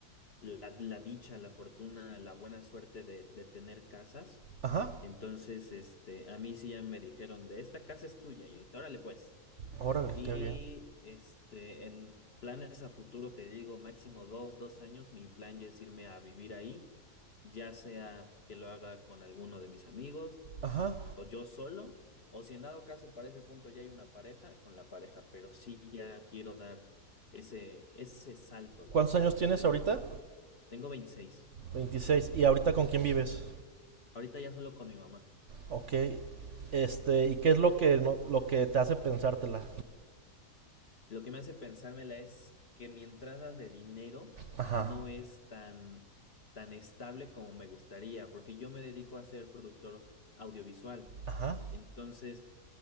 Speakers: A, on the left; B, on the right.
A: la, la dicha, la fortuna, la buena suerte de, de tener casas.
B: Ajá,
A: Entonces, este, a mí sí ya me dijeron de esta casa es tuya. Yo dije, órale pues.
B: órale,
A: Y
B: qué bien.
A: este, en planes a futuro, te digo, máximo dos, dos años, mi plan ya es irme a vivir ahí, ya sea que lo haga con alguno de mis amigos
B: Ajá.
A: o yo solo, o si en dado caso para ese punto ya hay una pareja, con la pareja, pero sí ya quiero dar ese, ese salto, la
B: ¿Cuántos
A: verdad.
B: años tienes
A: Me-
B: ahorita?
A: tengo veintiséis
B: veintiséis ¿Y ahorita con quién vives?
A: ahorita ya solo con mi mamá.
B: Ok. Este, ¿y qué es lo que, no- lo que te hace pensártela?
A: Lo que me hace pensármela es que mi entrada de dinero
B: Ajá.
A: no es tan, tan estable como me gustaría, porque yo me dedico a ser productor audiovisual.
B: Ajá.
A: Entonces,